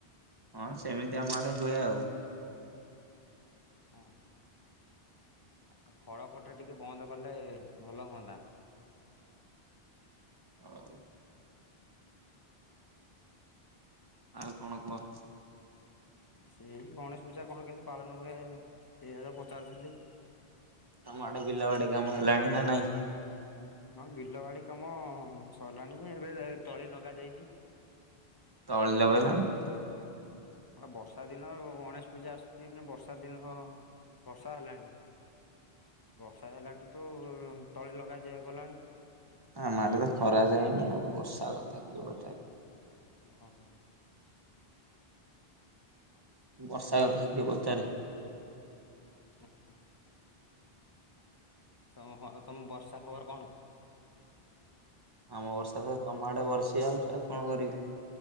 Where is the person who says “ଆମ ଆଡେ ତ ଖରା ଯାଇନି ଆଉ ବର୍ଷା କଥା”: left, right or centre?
Right